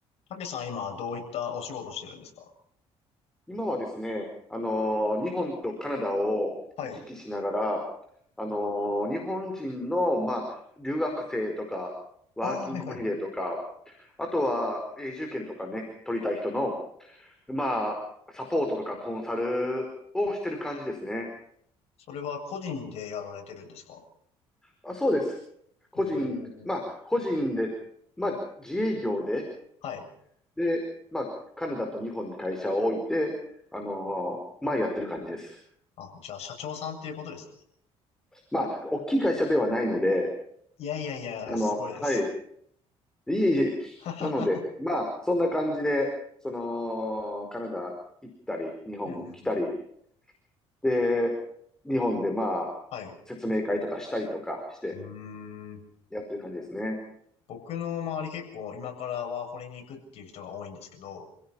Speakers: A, on the left; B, in the centre.
A: たけさん今どういったお仕事してるんですか
B: 今はですね、あのー日本とカナダを行き来しながら、
A: はい。
B: あのー日本人の、まあ、留学生とか、ワーキングホリデーとか、
A: ああ、はいはい。
B: あとは永住権とかね、取りたい人の、まあ、サポートとかコンサルをしてる感じですね。
A: それは個人でやられてるんですか
B: あ、そうです。個人、
A: お
B: まあ、
A: ー。
B: 個人で、まあ、自営業で、
A: はい。
B: で、まあ、カナダと日本に会社を置いて、あのーまあ、やってる感じです。
A: あ、じゃあ社長さんっていうことですね。
B: まあ、大きい会社ではないので、
A: いやいやいや、
B: あの、
A: すごいです。
B: はい。いえいえ。
A: <laughs> ははは
B: なので、まあ、そんな感じで、その、カナダ行ったり、日本来たり、
A: ふんふんふん
B: で、日本でまあ、
A: <laughs> はい。
B: 説明会とかしたりとかして、
A: うーん。
B: やってる感じですね。
A: 僕の周り結構今からワーホリに行くっていう人が多いんですけど、